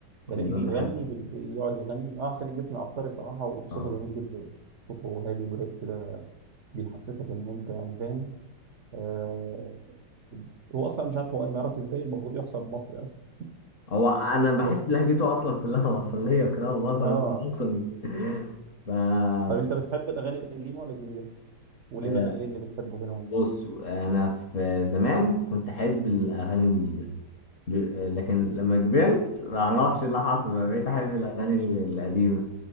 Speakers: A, on the right (about 80°); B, on the left (about 55°).
A: بلاقيه
B: انا
A: بيغني
B: بحب
A: بال... يقعد يغني اه حسين الجسمي عبقري صراحه وصوته
B: اه
A: جميل جدا صوته هادي ورايق كده بيحسسك ان انت يعني فاهم آه، هو اصلا مش عارف هو اماراتي ازاي المفروض يحسب مصري اصلا
B: هو انا بحس
A: بس
B: لهجته اصلا كلها <laughs> مصرية وكلام مصري
A: اه
B: <laughs> مصري ف
A: طب انت بتحب الاغاني القديمه ولا الجديده؟ وليه
B: آه،
A: بقى ايه اللي بتحبه فيهم
B: بص انا في زمان كنت احب الاغاني الجديده ل- لكن لما كبرت ما اعرفش إيه اللي حصل بقى بقيت احب الاغاني ال- القديمه